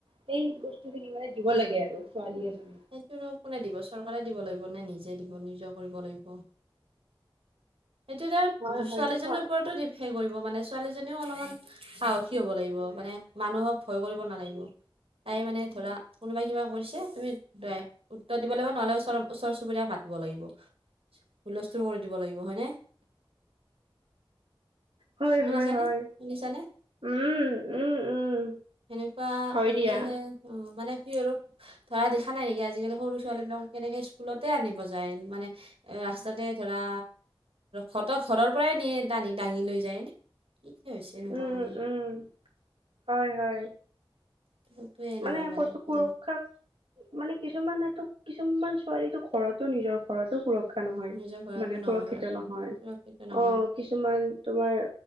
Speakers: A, on the right; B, on the right.
A: সেই বস্তু খিনি মানে দিব লাগে আৰু ছোৱালী এজনী
B: সেইটো আৰু কোনে দিব চৰকাৰে দিব লাগিব নে নিজে দিব নিজে কৰিব লাগিব সেইটো তেওঁ
A: হয় হয়
B: ছোৱালীজনীৰ
A: এইটো চৰ
B: ওপৰতো দি হে কৰিব মানে ছোৱালীজনীও অলপমান সাহসী হ'ব লাগিব মানে মানুহক ভয় কৰিব নালাগিব তাই মানে ধৰা কোনোবাই কিবা কৰিছে তুমি উত্তৰ দিব লাগিব নহ'লে ওচৰ ওচৰ চুবুৰীয়াক মাতিব লাগিব হুলস্থুৰ কৰি দিব লাগিব হয়নে।
A: হয়
B: শুনিছানে
A: হয় হয়
B: শুনিছানে
A: উম উম উম
B: সেনেকুৱা
A: হয়
B: কৰিলেহে।
A: দিয়া
B: অ মানে কি আৰু ধৰা দেখা নাই নেকি আজিকালি সৰু ছোৱালী বিলাকক কেনেকে স্কুলতে আনিব। মানে এ ৰাস্তাতে ধৰা সত ঘৰৰ পৰাই নিয়ে। টানি দাঙি লৈ যায় নে কি যে হৈছে নহয়।
A: উম উম হয় হয়।
B: সেইটোৱে নহয়
A: মানে কতো
B: কি
A: সুৰক্ষা। মানে কিছুমানেতো কিছুমান ছোৱালীটো ঘৰতো নিজৰ ঘৰতো। সুৰক্ষা নহয়
B: নিজৰ ভাড়াটো
A: মানে
B: নহয়
A: সুৰক্ষিত
B: ভাড়াত
A: নহয়।
B: সুৰক্ষিত নহয়
A: অ কিছুমান তোমাৰ